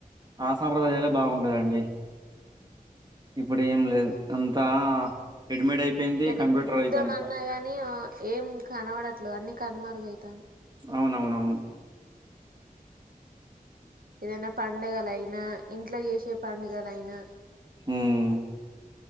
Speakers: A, on the right; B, on the right.
A: ఆ సాంప్రదాయాలే బాగుండేది అండి ఇప్పుడు ఏం లేదు అంతా ఎడ్మిడ్ అయిపోయింది
B: అసలు
A: కంప్యూటర్
B: చూద్దామన్నా
A: అయిపోయింది అంత.
B: గాని ఏం కనబడట్లే అన్ని కనుమారుగయితాన్నాయి
A: అవునవునవును
B: ఏదైనా పండుగలయినా ఇంట్లో చేసే పండుగలయినా.
A: మ్మ్